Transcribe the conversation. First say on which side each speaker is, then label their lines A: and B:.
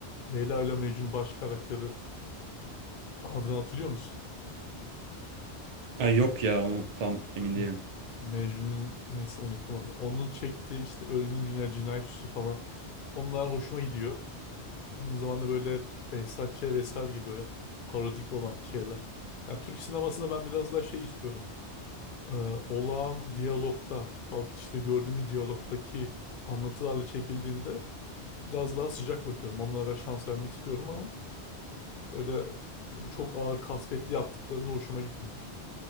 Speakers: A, on the left; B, on the right.
A: Leyla ile Mecnun baş karakteri. Adını hatırlıyor musun?
B: Ha, yok ya onu tam emin değilim.
A: Hı. Mecnun'un neyse unuttum adını. Onun çektiği işte Ölümün Dünya Cinayet Süsü falan. Onlar hoşuma gidiyor. Aynı zamanda böyle Behzat Ç. vesaire gibi böyle parodik olan şeyler. Yani Türk sinemasında ben biraz daha şey istiyorum. Ee, olağan diyalogta, halk içinde gördüğümüz diyalogtaki anlatılarla çekildiğinde biraz daha sıcak bakıyorum. Onlara şans vermek istiyorum ama böyle e, çok ağır kasvetli yaptıklarında hoşuma gitmiyor.